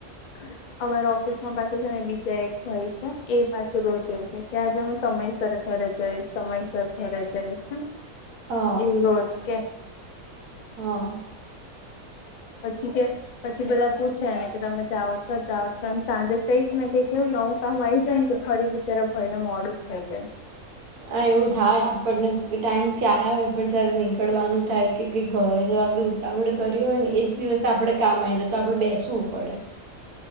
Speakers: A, on the left (about 80°); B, on the right (about 85°).
A: <inaudible> અમારા ઓફિસમાં પાછા છે ને બીજા એક ભાઈ છે, એ પાછું રોજ એવું કે, કે આજે હું સમય સરસજ ઘરે જઈશ, સમયસર ઘરે જઈશ,
B: હા
A: એવું રોજ કે.
B: હા.
A: પછી કે, પછી બધા પૂછે એને કે, તમે જાઉ છો, જાઉ છો, અને સાંજે કઈક ને કઈક એવું નવું કામ આવી જાય ને, કે ફરી બીચારા ભય ને મોડું થઈ છે.
B: આ એવું થાય, આપણને ટાઈમ થી આયા હોય, પણ જ્યારે નીકળવાનું થાય કે, કે ઘરે જ આ બધું આપડે કર્યું હોય ને, એજ દિવસે આપડે કામ આવી જાય, તો આપડે બેસવું પડે.